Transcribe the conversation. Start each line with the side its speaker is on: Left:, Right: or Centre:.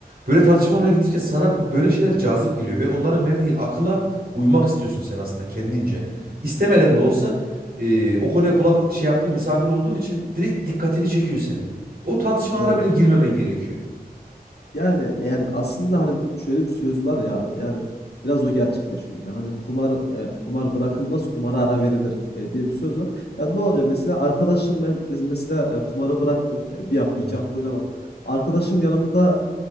Right: Böyle tartışmalara gidince sana bu- böyle şeyler cazip geliyor ve onların verdiği akıla uymak istiyorsun sen aslında kendince. İstemeden de olsa e, o konuya kulak şey yaptığın misafir olduğun için direkt dikkatini çekiyor senin. O tartışmalara
Left: Ya doğru.
Right: bile girmemen gerekiyor.
Left: Yani yani aslında hani şöyle bir söz var ya abi yani biraz o gerçekleşiyor gibi. Hani kumar e, kumar bırakılmaz, kumara ara verilir e, diye bir söz var. Yani ne oluyor mesela arkadaşım ben mes- mesela e, kumarı bıraktım. E, bir hafta
Right: Hı hı.
Left: iki hafta oynamadım. Arkadaşım yanımda